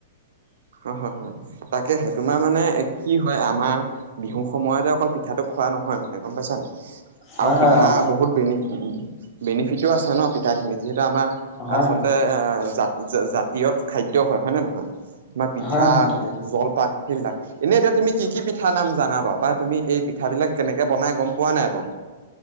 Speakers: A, on the right (about 70°); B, on the left (about 25°).
A: হয় হয় হয় তাকেহে তোমাৰ মানে কি হয় আমা- বিহু সময়তে অকল পিঠাটো খোৱা নহয় মানে গম পাইছা নাই?
B: হয়
A: আও
B: হয়
A: পিঠা
B: অ
A: বহুত বেনিফ বেনিফিটো আছে ন পিঠাখিনি যিহেতু আমা-
B: হয়
A: আচলতে
B: হয়
A: জাত জাতীয়ত খাদ্য হয়, হয় নে নহয়? তোমাৰ পিঠা,
B: হয় হয় তাকে
A: জলপান সেইবিলাক, এনেই এতিয়া তুমি কি কি পিঠা নাম জানা বাও বা তুমি এই পিঠাবিলাক কেনেকৈ বনাই গম পোৱা নাই বাও?